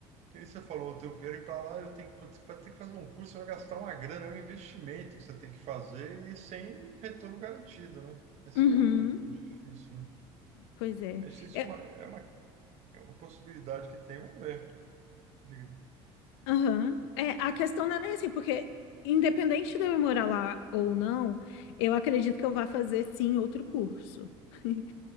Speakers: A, on the right (about 55°); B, on the left (about 85°).
A: Que nem você falou, eu quero ir para lá, eu tenho que, putz, vai ter que fazer um curso, você vai gastar uma grana, é um investimento que você tem que fazer e sem retorno garantido, né? Esse
B: uhum.
A: que é o, o difícil, né?
B: Pois é.
A: Acho que isso
B: É,
A: é uma, é uma, é uma possibilidade que tem, vamos ver. Diga.
B: Aham. É, a questão não é nem assim, porque independente de eu ir morar lá ou não, eu acredito que eu vá fazer sim outro curso. <laughs>